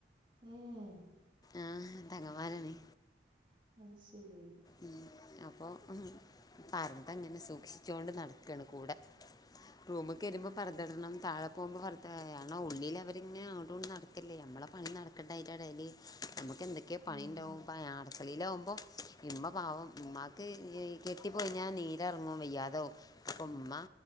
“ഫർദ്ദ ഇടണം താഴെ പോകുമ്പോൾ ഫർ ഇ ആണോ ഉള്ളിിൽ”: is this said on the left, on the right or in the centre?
Left